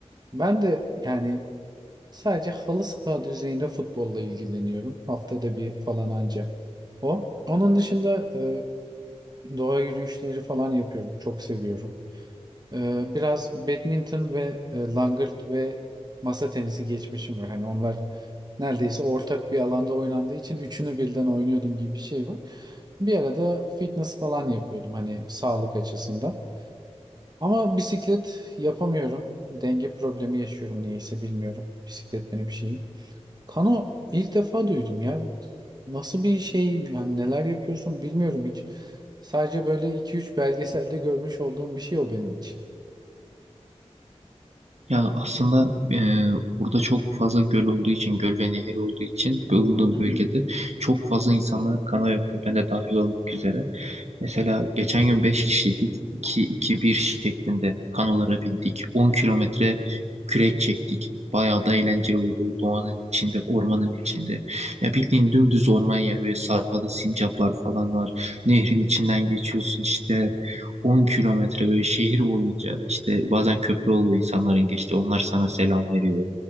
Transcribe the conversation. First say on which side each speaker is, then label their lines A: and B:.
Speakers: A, on the right (about 35°); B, on the right (about 65°).
A: Ben de yani sadece halı saha düzeyinde futbolla ilgileniyorum. Haftada bir falan anca o. Onun dışında e, doğa yürüyüşleri falan yapıyorum. Çok seviyorum. Ee, biraz badminton ve e, langırt ve masa tenisi geçmişim var. Hani onlar neredeyse ortak bir alanda oynandığı için üçünü birden oynuyordum gibi bir şey var. Bir arada fitness falan yapıyordum hani sağlık açısından. Ama bisiklet yapamıyorum. Denge problemi yaşıyorum niyeyse bilmiyorum. Bisiklet benim şeyim. Kano ilk defa duydum ya. Nasıl bir şey yani neler yapıyorsun bilmiyorum hiç. Sadece böyle iki üç belgeselde görmüş olduğum bir şey o benim için.
B: Ya aslında e, burada çok fazla göl olduğu için, göl ve nehir olduğu için bulunduğum
A: Hmm.
B: bölgede çok fazla insanlar kana yapıyor. Ben de dahil olmak üzere. Mesela geçen gün 5 kişiydik. iki iki bir şeklinde kanolara bindik. on kilometre kürek çektik. Bayağı da eğlenceli oldu. Doğanın içinde, ormanın içinde. Ya bildiğin dümdüz orman yani. Böyle sağda sincaplar falan var. Nehrin içinden geçiyorsun işte. 10 kilometre böyle şehir boyunca işte bazen köprü oluyor insanların geçti. Onlar sana selam veriyor.